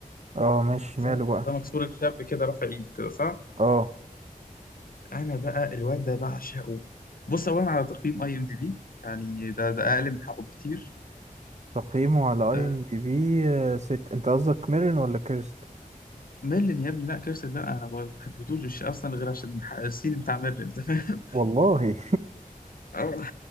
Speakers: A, on the right; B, on the left.
A: اه ماشي ماله
B: ده
A: بقى
B: ده مكسور الشاب كده رافع ايده كده صح
A: اه
B: انا بقى الواد ده بعشقه بص اولا على تقييم اي ام دي بي يعني ده ده اقل من حقه بكتير
A: تقييمه على اي
B: أه
A: ام دي بي ست انت قصدك ميرلين ولا كيرست
B: ميرلين يا ابني لا كيرسل لا انا ما بحبتوش مش اصلا غير عشان ح- السين بتاع ميرلين تمام
A: والله
B: <laughs> أه،